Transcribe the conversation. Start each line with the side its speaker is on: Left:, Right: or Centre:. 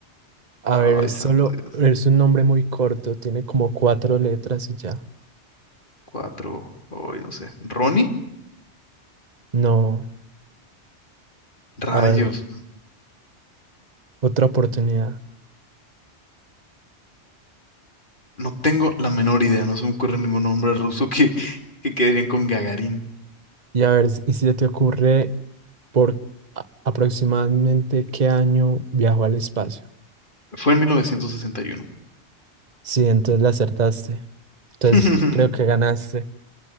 Right: A
Left: Ay,
Right: ver, es solo,
Left: santo Dios.
Right: es un nombre muy corto, tiene como cuatro letras y ya.
Left: Cuatro. Ay, no sé. Ronnie.
Right: No,
Left: Rayos.
Right: a ver, otra oportunidad.
Left: No tengo la menor idea, no se me ocurre ningún nombre ruso que, que quede bien con Gagarin.
Right: Y a ver, ¿y si se te ocurre por a- aproximadamente qué año viajó al espacio?
Left: Fue en 1961.
Right: Sí, entonces la acertaste. Entonces
Left: <laughs>
Right: creo que ganaste.